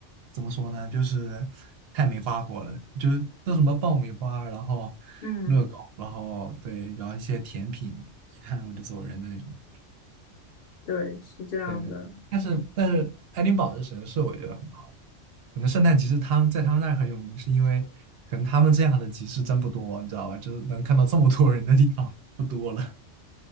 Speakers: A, on the right; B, on the left.
A: 怎么说呢，就是太没花活了，就是都什么爆米花，然后
B: 嗯，
A: 热狗，然后对，然后一些甜品，一看我就走人的那种。
B: 对，是这样的。
A: 对对，但是但是爱丁堡这神社，我觉得很好，可能圣诞集市他们在他们那儿很有名，是因为可能他们这样的集市真不多，你知道吧？就是能看到这么多人的地方不多了。